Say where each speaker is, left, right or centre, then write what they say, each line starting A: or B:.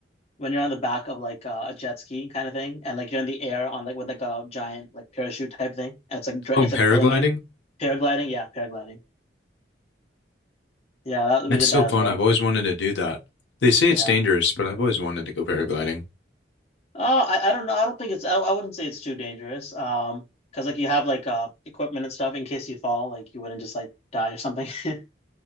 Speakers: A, on the left; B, on the left.
A: when you're on the back of like uh, a jet ski kind of thing, and like you're in the air on like with like a giant like parachute type thing, and it's like dr-
B: Oh,
A: it's
B: paragliding?
A: like pulling you. Paragliding, yeah, paragliding. Yeah, that, we
B: That's
A: did
B: so
A: that
B: fun.
A: as well.
B: I've always wanted to do that. They say
A: Yeah.
B: it's dangerous, but I've always wanted to go paragliding.
A: Uh, I, I don't know. I don't think it's, I, I wouldn't say it's too dangerous. Um, because like you have like uh equipment and stuff in case you fall, like you wouldn't just like die or something. <laughs>